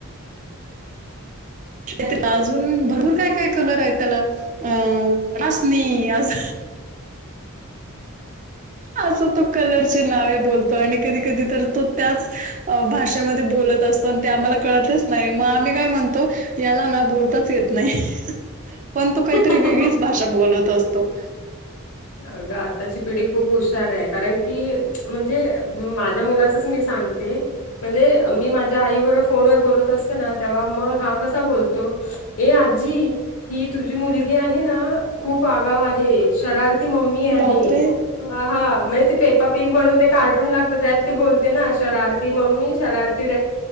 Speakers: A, on the right (about 35°); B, on the left (about 70°).
A: शेतला अजून भरपूर काय काय कलर आहे त्याला अं रशनी आज असं तो कलरची नावे बोलतो आणि कधी कधी तर तो त्याच भाषेमध्ये बोलत असतो ते आम्हाला कळतच नाही मग आम्ही काय म्हणतो याला ना बोलताच येत नाही पण तू काहीतरी
B: हा.
A: वेगळीच भाषा बोलत असतो
B: अगं आताची पिढी खूप हुशार आहे कारण की म्हणजे ह माझ्या मुलाचच मी सांगते म्हणजे मी माझ्या आई बरोबर फोनवर बोलत असते ना तेव्हा मग हा कसा बोलतो ए आजी ही तुझी मुलगी आहे ना खूप आगाव आहे शर ती ममी आहे
A: बापरे
B: हे हा म्हणजे ती पेपा पीक म्हणून ते कार्टून लागत त्यात ती बोलते ना शरारती मम्मी शरारती